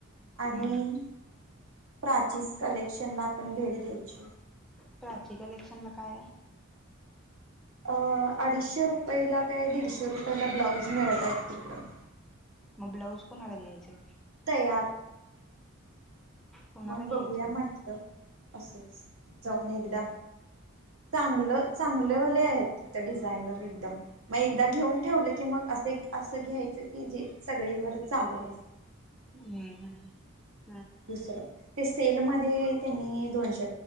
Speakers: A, on the right; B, in the centre.
A: आणि
B: हम्म
A: प्राचीस कलेक्शन ला आपण भेट द्यायची.
B: प्राची कलेक्शन ला काय हाय?
A: अं अडीचशे रुपयाला काय दीडशे रुपयाला ब्लाऊज मिळत आहेत तिकडं.
B: मग ब्लाऊज कोणाला घ्यायचं?
A: तयार.
B: कुणाला
A: मग
B: घ्यायचे
A: बघूया म्हटलं, असंच जाऊन एकदा. चांगलं चांगलेवाले आहेत. तिथ डिझायनर एकदम मग एकदा घेऊन ठेवलं की मग अस असं घ्यायचं की जे सगळी बर चालले.
B: हम हम
A: दुसरं ते सेल मध्ये त्यांनी दोनशे